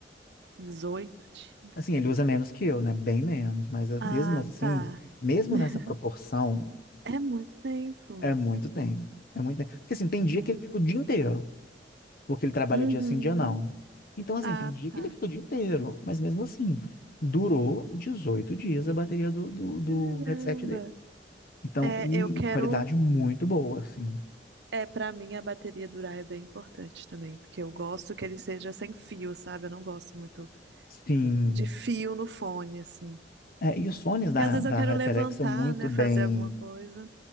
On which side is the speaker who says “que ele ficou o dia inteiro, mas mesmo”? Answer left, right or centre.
Left